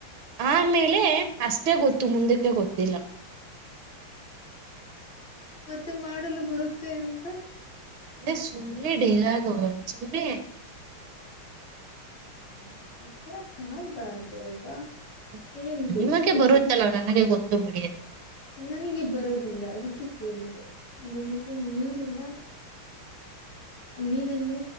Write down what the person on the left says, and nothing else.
ಮತ್ತೆ ಮಾಡಲು ಬರುತ್ತೆ ಎಂತ
<inaudible> ಹ ಆಥರ ಮಾಡಬಾರ್ದು ಅಲ್ವಾ
ಹೇಳ್ಬೇಕು
ನನಗೆ ಬರೋದಿಲ್ಲ ಅದಕ್ಕೆ ಕೇಳಿದೆ ನನಗೆ ಮೀನಿನ ಮೀನನ್ನು